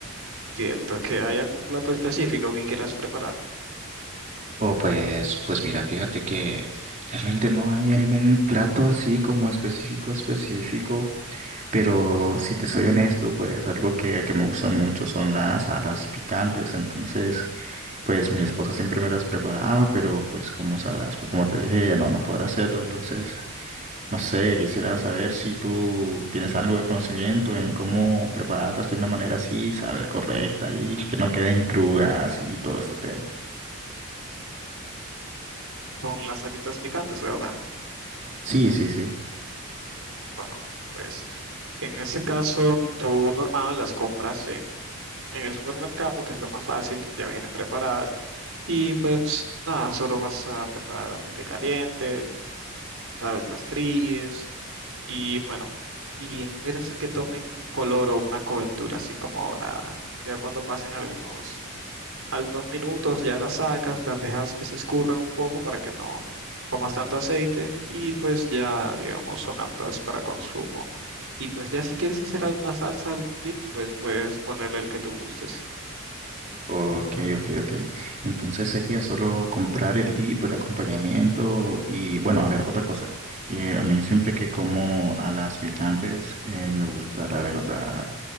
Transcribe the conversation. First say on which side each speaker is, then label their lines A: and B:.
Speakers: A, on the right; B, on the right.
A: Siento que hay algún plato específico que quieras preparar
B: O pues, pues mira, fíjate que realmente no hay algún plato así como específico, específico. Pero si te soy honesto, pues algo que, que me gusta mucho son las alas picantes. Entonces, pues mi esposa siempre me las preparaba, pero pues como sabrás, pues como te dije, ella no, no podrá hacerlo. Entonces, no sé, quisiera saber si tú tienes algo de conocimiento en cómo prepararlas de una manera así, sabes, correcta y que no queden crudas y todo este tema.
A: con las alitas picantes, ¿verdad?
B: Sí, sí, sí.
A: Bueno, pues en ese caso, tú normal las compras en el supermercado, que es lo más fácil, ya vienen preparadas. Y pues nada, solo vas a preparar aceite caliente, sabes, las fríes y bueno, y esperas a que tomen un color o una cobertura así como dorada. Ya cuando pasen algunos, algunos minutos, ya las sacas, las dejas que se escurran un poco para que no comas tanto aceite y pues ya, digamos, son aptas para consumo. Y pues ya si quieres hacer alguna salsa, algún dip, pues puedes ponerle el que tú gustes.
B: Ok, ok, ok. Entonces sería solo comprar el dip, el acompañamiento y bueno, a ver, otra cosa. Eh, a mí siempre que como a las picantes, eh, me gusta, la verdad,